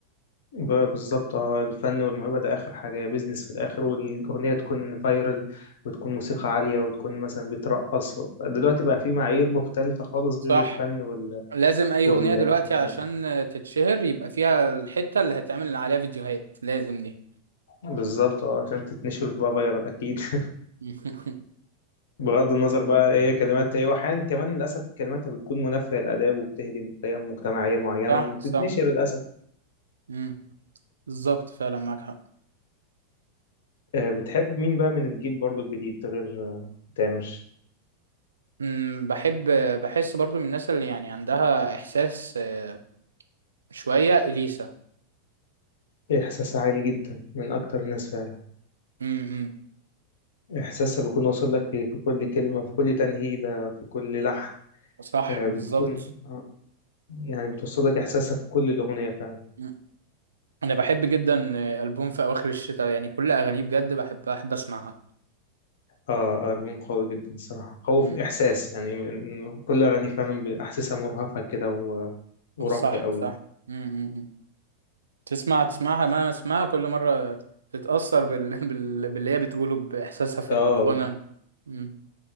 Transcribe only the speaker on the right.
صح
لازم اي
اغنيه دلوقتي
عشان تتشهر يبقى فيها الحته اللي هتعمل عليها فيديوهات لازم دي
<laughs>
صح
صح
مم. بالظبط فعلا معاك حق
أمم، بحب بحس برضو من الناس اللي يعني عندها إحساس آه، شوية إليسا
أمم،
صح
بالظبط
أمم. أنا بحب جدا آه، ألبوم في أواخر الشتاء يعني كل أغانيه بجد بحبها بحب أسمعها
أمم،
صح
صح أمم، أمم. تسمع تسمعها ما اسمعها كل مرة تتأثر بال... <laughs> بال... باللي هي بتقوله بإحساسها في
الغنى أمم.